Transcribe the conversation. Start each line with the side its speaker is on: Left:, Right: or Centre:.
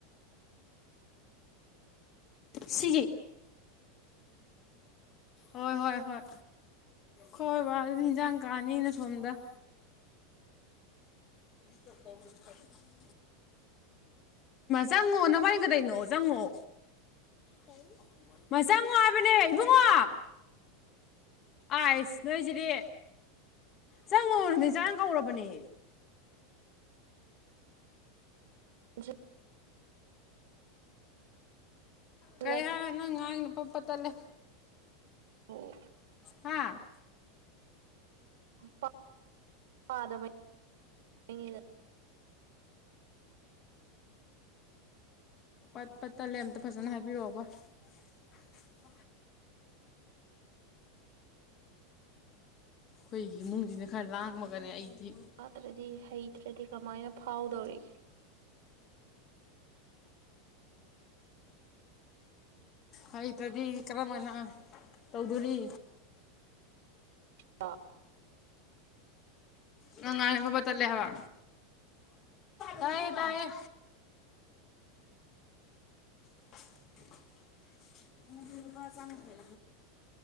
Left: ꯁꯤꯒꯤ ꯍꯣꯏ ꯍꯣꯏ ꯍꯣꯏ ꯈ‌ꯣꯏꯕꯥꯅꯗꯤ ꯏꯟꯖꯥꯡ ꯀꯥꯅꯤꯅ ꯁꯣꯝꯗ <unintelligible> ꯆꯪꯉꯣ ꯅꯕꯥꯏꯅꯤ ꯀꯩꯗꯧꯅꯣ ꯆꯪꯉ‌ꯣ ꯀꯩ <unintelligible> ꯆꯪꯉ‌ꯣ ꯍꯥꯏꯕꯅꯦ ꯏꯕꯨꯡꯉꯣ ꯑꯥꯁ ꯅꯣꯏꯁꯤꯗꯤ ꯆꯪꯉꯣ ꯅꯦꯆꯥꯅ ꯀꯧꯔꯕꯅꯦ
Right: <unintelligible> ꯃꯥꯟꯁꯤꯜꯂꯛꯇ꯭ꯔꯦꯕꯨ
Left: ꯀꯩ ꯍꯥꯏ ꯅꯪ ꯉꯥꯡꯅꯤ ꯄꯠ ꯄꯠ ꯇꯠꯂꯦ
Right: ꯑꯣ
Left: ꯍꯥ
Right: ꯄꯥ ꯄꯥꯗꯕꯩ ꯅꯦꯗ
Left: ꯄꯠ ꯄꯠ ꯇꯠꯂꯦ ꯑꯃꯝꯇ ꯐꯖꯅ ꯍꯥꯏꯕꯤꯔꯛꯑꯣꯕ <inaudible> ꯑꯩꯈꯣꯏꯒꯤ ꯏꯃꯨꯡꯁꯤꯅ ꯈꯔ ꯂꯥꯡꯃꯒꯅꯦ ꯑꯩꯗꯤ
Right: ꯄꯥꯇ꯭ꯔꯗꯤ ꯍꯩꯇ꯭ꯔꯗꯤ ꯀꯃꯥꯏꯅ ꯐꯥꯎꯗꯧꯔꯤꯒꯦ
Left: ꯍꯩꯇ꯭ꯔꯗꯤ ꯀꯔꯝ ꯍꯥꯏꯅ ꯇꯧꯗꯣꯔꯤ
Right: ꯑ
Left: ꯅꯪ ꯉꯥꯡꯏꯗꯣ ꯄꯠꯄꯠ ꯇꯠꯂꯦ ꯍꯥꯏꯕ ꯇꯥꯏꯌꯦ ꯇꯥꯏꯌꯦ <unintelligible> ꯂꯨꯄꯥ ꯆꯥꯝꯌꯥꯡꯈꯩ